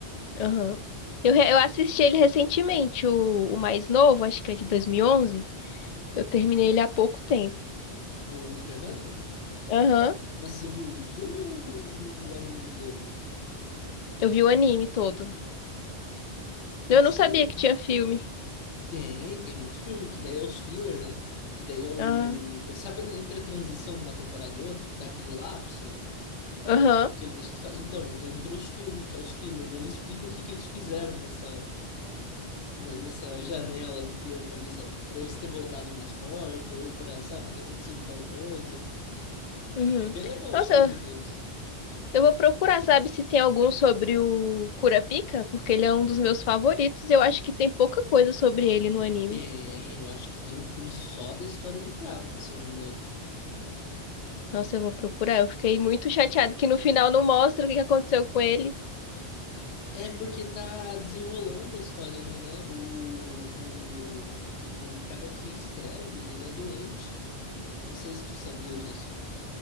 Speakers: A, on the left (about 50°); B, on the left (about 80°).
A: Aham. Eu, re- eu assisti ele recentemente, o, o mais novo, acho que é de 2011. Eu terminei ele há pouco tempo.
B: O Hunter x Hunter?
A: Aham.
B: Mas você viu o filme ou o, o anime inteiro?
A: Eu vi o anime todo.
B: Nossa,
A: Eu não sabia
B: eu...
A: que tinha filme.
B: Tem, tem muito filme, que daí é os filler, né? Que daí é o...
A: Ah,
B: Eu, sabe, né, entre a transição de uma temporada e outra, que dá aquele lapso?
A: aham.
B: Que ele deixa estra- Então, entre os filmes, que é os filler dele, explica o que que eles fizeram nessa, né, nessa janela de tempo ali, sabe? Pra eles ter voltado mais forte, ou pra, sabe, ter acontecido tal coisa.
A: Uhum.
B: É bem legal
A: Nossa,
B: os filmes
A: eu
B: deles.
A: eu vou procurar, sabe, se tem algum sobre o Kurapika, porque ele é um dos meus favoritos. e Eu acho que tem pouca coisa sobre ele no anime.
B: Tem, eu acho que tem um filme só da história do Krapka, se eu não me engano.
A: Nossa, eu vou procurar. Eu fiquei muito chateado que no final não mostra o que que aconteceu com ele.
B: É porque tá desenrolando a história ainda, né? O, o, o cara que escreve, ele é doente. Não sei se tu sabia disso.